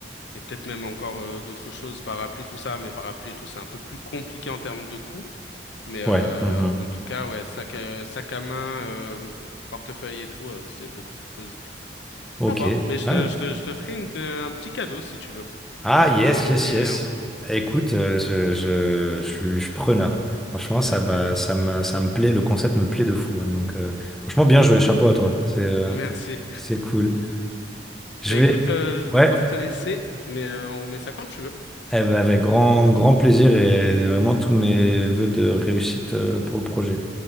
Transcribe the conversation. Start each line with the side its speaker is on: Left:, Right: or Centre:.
Left: et peut-être même encore euh, d'autres choses, parapluies, tout ça. Mais parapluies et tout, c'est un peu plus compliqué en termes de coûts. Mais euh,
Centre: Ouais. Mmh.
Left: en tout cas, ouais, sac à, sac à main, euh, portefeuille et tout, euh, c'est beaucoup plus plausible.
Centre: Ok.
Left: À voir. Mais je
Centre: Ah,
Left: te, je te, je te ferai une- un petit cadeau si tu veux.
Centre: Ah, yes,
Left: Je t'en offrirai
Centre: yes, yes.
Left: un
Centre: Eh, Écoute, euh, je, je, je suis, je suis preneur. Franchement, ça,
Left: avec
Centre: m'a-
Left: plaisir.
Centre: ça me, ça me plaît, le concept me plaît de fou. hein. Donc, euh, franchement, bien joué, chapeau à toi. C'est, euh,
Left: <laughs> Merci.
Centre: c'est cool. Je
Left: Bah écoute,
Centre: vais,
Left: euh, je vais
Centre: ouais,
Left: devoir te laisser, mais euh, on remet ça quand tu veux.
Centre: eh ben, avec grand, grand plaisir et vraiment tous mes vœux de réussite euh, pour le projet.